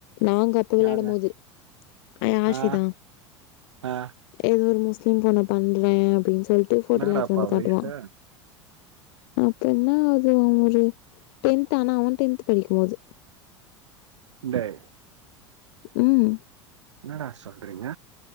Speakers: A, on the left; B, on the right.
A: நாங்க அப்ப வெளாடும்
B: யாரு
A: போது அ யாஷிதா
B: ஆ, ஆ.
A: ஏதோ ஒரு முஸ்லீம் பொண்ண பண்றே அப்டின் சொல்ட்டு போட்டோல்லா
B: என்னடாப்பா
A: எத்துட்டு வந்து காட்டுவா
B: வயசு
A: அப்ப என்னா அது அவெ ஒரு டென்த் ஆனா அவ டென்த் படிக்கும்போது
B: <unintelligible>
A: ம்
B: என்னடா சொல்றீங்க